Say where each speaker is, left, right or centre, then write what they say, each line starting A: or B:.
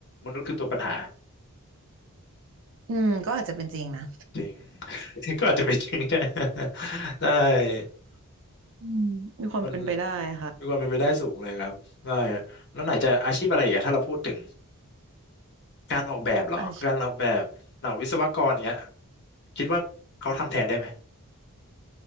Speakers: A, on the left (about 50°); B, on the right (about 55°).
A: มนุษย์คือตัวปัญหา
B: อืมก็อาจจะเป็นจริงนะ
A: จริง <laughs> ก็อาจจะเป็นจริง <laughs> ใช่ได้
B: อืมมีความเป็นไปได้ค่ะ
A: มันมีความเป็นไปได้สูงเลยครับได้แล้วไหนจะอาชีพอะไรอีกอะถ้าเราพูดถึงการออกแบบเหรอการออกแบบหน่าวิศวกรเนี้ย
B: อาชีพ
A: คิดว่าเขาทำแทนได้ไหม